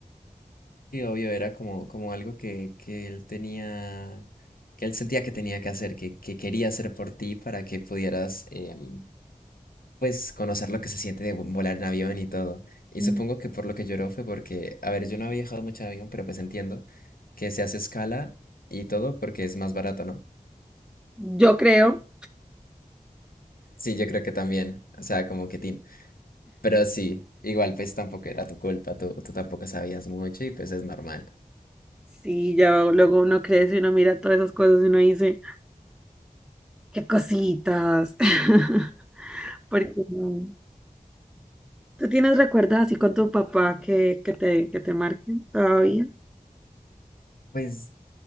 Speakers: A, on the left (about 85°); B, in the centre.
A: Y obvio era como, como algo que, que él tenía, que él sentía que tenía que hacer, que, que quería hacer por ti para que pudieras, em, pues, conocer lo que se siente de vo- volar en avión y todo. Y
B: Mm,
A: supongo que por lo que lloró fue porque, a ver, yo no había viajado mucho en avión, pero pues entiendo que se hace escala y todo porque es más barato, ¿no?
B: Yo creo.
A: Sí, yo creo que también, o sea, como que tin. Pero sí, igual pues tampoco era tu culpa, tú, tú tampoco sabías mucho y pues es normal.
B: Sí, ya luego uno crece y uno mira todas esas cosas y uno dice, qué cositas. <laughs> Porque no. ¿Tú tienes recuerdos así con tu papá que, que te, que te marquen todavía?
A: Pues,